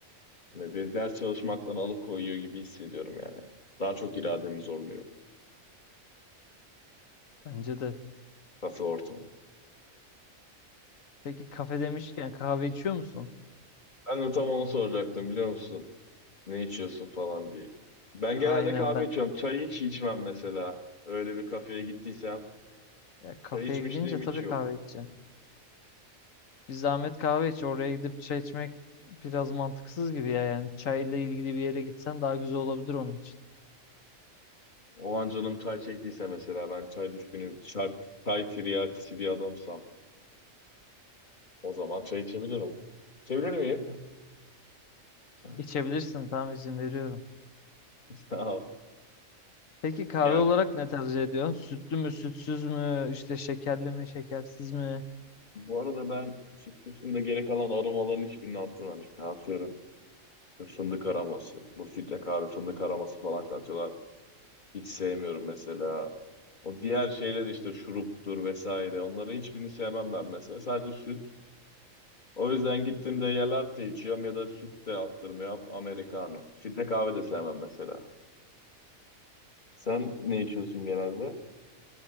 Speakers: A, on the left; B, on the left.
A: Hani bir ders çalışmaktan alıkoyuyor gibi hissediyorum yani. Daha çok irademi zorluyor
B: Bence de.
A: kafe ortamı.
B: Peki kafe demişken kahve içiyor musun?
A: Ben de tam onu soracaktım biliyor musun? Ne içiyorsun falan diye. Ben
B: Aynen
A: genelde kahve
B: ben.
A: içiyorum. Çay hiç içmem mesela. Öyle bir kafeye gittiysem.
B: Ya kafeye
A: Çay içmişliğim
B: gidince tabii
A: hiç yok.
B: kahve içeceğim. Bir zahmet kahve iç. Oraya gidip çay içmek biraz mantıksız gibi ya. Yani çayla ilgili bir yere gitsen daha güzel olabilir onun için.
A: O an canım çay çektiyse mesela ben çay düşkünüm. Çay, çay tiryakisi bir adamsam. O zaman çay içebilirim. İçebilir miyim? <laughs>
B: İçebilirsin tamam izin veriyorum.
A: Sağ ol.
B: Peki kahve
A: Ya
B: olarak
A: ka-
B: ne tercih ediyorsun? Sütlü mü, sütsüz mü, işte şekerli mi, şekersiz mi?
A: bu arada ben süt dışında gerek alan aromaların hiçbirini atmam işte atıyorum. işte Fındık aroması. Bu filtre kahve fındık aroması falan katıyorlar. Hiç sevmiyorum mesela. O diğer şeyler işte şuruptur vesaire. Onların hiçbirini sevmem ben mesela. Sadece süt. O yüzden gittiğimde ya latte içiyorum ya da süt de attırmıyorum. Americano. Filtre kahve de sevmem mesela. Sen ne içiyorsun genelde?